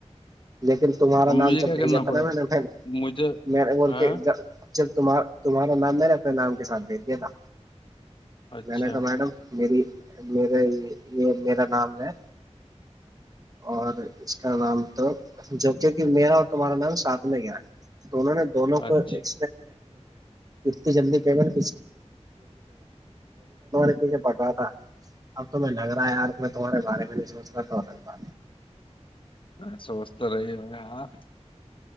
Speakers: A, on the right; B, on the left.
A: لیکن تمہارا
B: اب
A: نام
B: مجھے
A: جب
B: کیا
A: بھیجا
B: کرنا
A: تھا
B: پڑا
A: نا میں نے پھر
B: ہے؟ مجھے
A: میں نے بول
B: ہاں
A: کے جب تمہارا نام میں نے اپنے نام کے ساتھ بھیج دیا تھا
B: اچھا
A: میں نے تو میڈم میری میرا یہ میرا نام ہے اور اس کا نام تو جبکہ کہ میرا اور تمہارا نام ساتھ لے گیا ہے تو انہوں نے دونوں کو
B: اچھا
A: ایک تمہارے پیچھے پڑ رہا تھا اب تو میں لگ رہا ہے یار میں تمہارے بارے میں نہیں سوچ رہا تھا
B: ایسوس تو رہی ہو ہاں